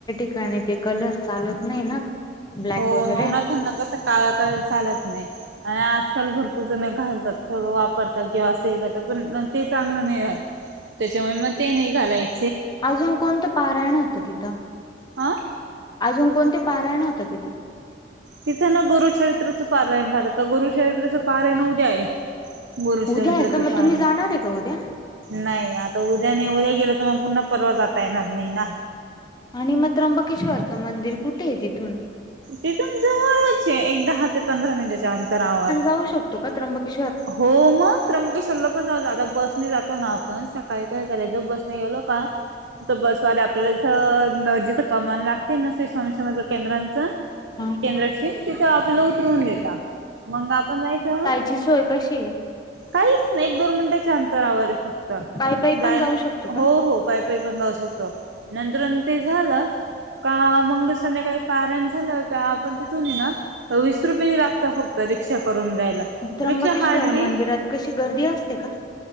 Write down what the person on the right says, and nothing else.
हो
नवनाथना कस काळा कलर चालत नाही. आणि आजकाल भरपूर जण घालतात वापरतात किंवा असेल करतात पण ते चांगलं नाही राहात. त्याच्यामुळे मग ते नाही घालायच.
हा
तिथं ना गुरुचरित्रचं पारायण झालं तर गुरुचरित्रचं पारायण उद्या आहे. गुरुचरित्र
च
पारायण.
नाही आता उद्या नाही उद्या गेलं तर मग पुन्हा परवा जाता येणार नाही ना.
तिथ जवळच एक दहा ते पंधरा मिनिटाच्या अंतरावर.
हो मग! त्र्यंबकेश्वर पण जाऊ आता बसने जातो ना आपण सकाळी काय कराय ज बसने गेलो का तर बसवाल्या आपल्याला इथं न जिथं कमान लागते न स्वामी समर्थ केंद्रांचं.
केंद्रातशील तिथं आपल्याला उतरवून देता मग आपण जायचं
काहीच नाही एक दोन मिनिटाच्या अंतरावरे फक्त
जाय
हो
हो. पाय पय पण लावू शकतो नंतर ते झालं प का मग संध्याकाळी पाराण झालं का आपण तिथून ये ना. वीस रुपयेची लागत फक्त रिक्षा करून जायला.
रिक्षा हार्डली